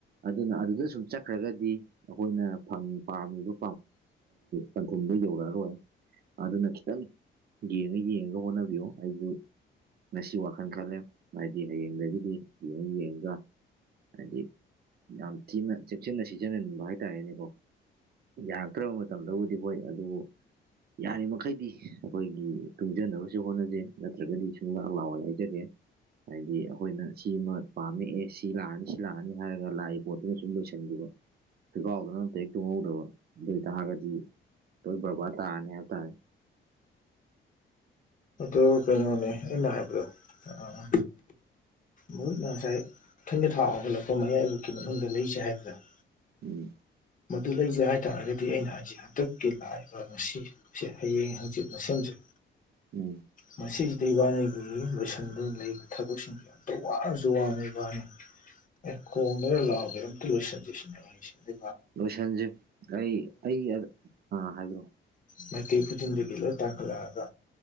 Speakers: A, on the right (about 50°); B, on the left (about 40°).
A: ꯑꯗꯨꯅ ꯑꯗꯨꯗ ꯁꯨꯝ ꯆꯠꯈ꯭ꯔꯒꯗꯤ ꯑꯩꯈꯣꯏꯅ ꯄꯥꯝꯃꯤꯕ ꯄꯟꯊꯨꯡꯗꯨ ꯌꯧꯔꯛꯑꯔꯣꯏ ꯑꯗꯨꯅ ꯈꯤꯇꯪ ꯌꯦꯡ ꯌꯦꯡꯒ ꯍꯣꯠꯅꯕꯤꯌꯣ ꯑꯩꯁꯨ ꯉꯁꯤ ꯋꯥꯈꯜ ꯈꯜꯂꯦ ꯍꯥꯏꯗꯤ ꯍꯌꯦꯡꯗꯒꯤꯗꯤ ꯌꯦꯡꯉ ꯌꯦꯡꯉꯒ ꯍꯥꯏꯗꯤ ꯌꯥꯝ ꯊꯤꯅ ꯆꯦꯛꯁꯤꯟꯅ ꯁꯤꯖꯤꯟꯅꯅꯤꯡꯕ ꯍꯥꯏꯇꯥꯔꯦꯅꯦꯀꯣ ꯌꯥꯔꯛꯇ꯭ꯔꯕ ꯃꯇꯝꯗꯕꯨꯗꯤ ꯍꯣꯏ ꯑꯗꯨꯕꯨ ꯌꯥꯔꯤꯃꯩꯗꯤ ꯑꯩꯈꯣꯏꯒꯤ ꯇꯨꯡꯖꯅꯕꯁꯨ ꯍꯣꯠꯅꯖꯦ ꯅꯠꯇ꯭ꯔꯒꯗꯤ ꯁꯨꯡꯂꯥꯛ ꯂꯥꯎꯑꯣꯏ ꯍꯥꯏꯖꯒꯦ ꯍꯥꯏꯗꯤ ꯑꯩꯈꯣꯏꯅ ꯁꯤ ꯑꯃ ꯄꯥꯝꯃꯛꯑ ꯁꯤ ꯂꯥꯛꯑꯅꯤ ꯁꯤ ꯂꯥꯛꯑꯅꯤ ꯍꯥꯏꯔꯒ ꯂꯥꯛꯏ ꯄꯣꯠꯇꯨꯅ ꯁꯨꯝ ꯂꯣꯏꯁꯤꯟꯕ ꯊꯀꯥꯎꯗꯅ ꯇꯣꯡꯍꯧꯗꯕ ꯑꯗꯨꯗꯩ ꯇꯥꯔꯒꯗꯤ ꯂꯣꯏ ꯕꯔꯕꯥꯔ ꯇꯥꯔꯅꯤ ꯍꯥꯏꯕ ꯇꯥꯔꯦ
B: ꯑꯗꯨ ꯀꯩꯅꯣꯅꯦ ꯑꯩꯅ ꯍꯥꯏꯕꯗꯣ ꯑꯥ ꯃꯍꯨꯠꯅ ꯉꯁꯥꯏ ꯏꯊꯣꯏꯗ ꯊꯥꯎ ꯍꯧꯒꯠꯂꯛꯄ ꯃꯌꯥꯏꯐꯛꯀꯤ ꯃꯅꯨꯡꯗ ꯂꯩꯁꯦ ꯍꯥꯏꯕꯗ
A: ꯎꯝ
B: ꯑꯗꯨ ꯂꯩꯖꯩ ꯍꯥꯏꯇꯥꯔꯒꯗꯤ ꯑꯩꯅ ꯍꯥꯏꯁꯛ ꯍꯟꯗꯛꯀꯤ ꯂꯥꯛꯏꯕ ꯉꯁꯤꯁꯦ ꯍꯌꯦꯡ ꯍꯪꯆꯤꯠꯅ ꯁꯦꯝꯖꯩ
A: ꯎꯝ
B: ꯃꯁꯤꯁꯤꯗ ꯏꯕꯥꯅꯤꯒꯤ ꯂꯣꯏꯁꯟꯗꯅ ꯂꯩꯕ ꯊꯕꯛꯁꯤꯡꯁꯦ ꯇ ꯋꯥꯔꯁꯨꯋꯥ ꯃꯕꯅꯤ ꯑꯦ ꯀꯣꯃꯦ ꯂꯕꯗꯨꯁꯦꯁꯁ ꯑꯗꯨ
A: ꯂꯣꯏꯁꯟꯁꯤ ꯑꯩ ꯑꯩ ꯑꯥ ꯍꯥꯏꯕꯤ꯭ꯔꯛꯑꯣ
B: ꯃꯥꯏ ꯀ ꯈꯨꯊꯤꯟꯗꯤꯂ ꯇꯈꯂꯑꯒꯥ